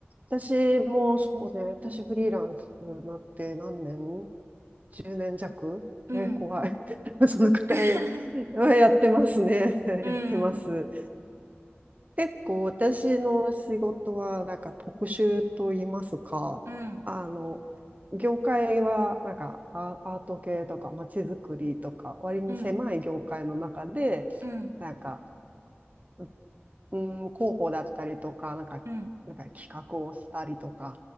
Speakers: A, on the right; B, on the right.
A: 私もそうね、私フリーランスになって何年 ?10
B: うん、
A: 年弱え、怖い。<laughs> そのくらい
B: <laughs>
A: やってますね。<laughs> やってます。
B: うん、
A: 結構私の仕事はなんか特殊と言いますか、
B: うん、
A: あの、業界はなんかアアート系とかまちづくりとか割に狭い業界の中で、
B: うん、うん、うん、
A: なんか、ううん、広報だったりとか、なんか、
B: うん、
A: なんか企画をしたりとか、